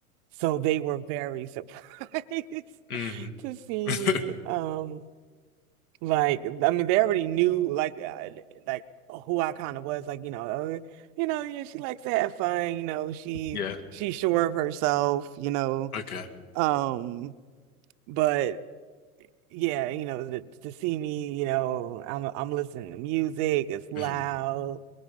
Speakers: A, on the right; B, on the left.
A: so they were very surprised
B: hmm
A: <laughs> to see
B: <laughs>
A: me. Um, like I mean, they already knew like uh, like who I kind of was. Like you know, uh, you know, yeah, she likes to have fun. You know, she
B: Yeah.
A: she's sure of herself. You know.
B: Okay.
A: Um, But yeah, you know, to, to see me, you know, I'm I'm listening to music. It's loud.
B: Mm.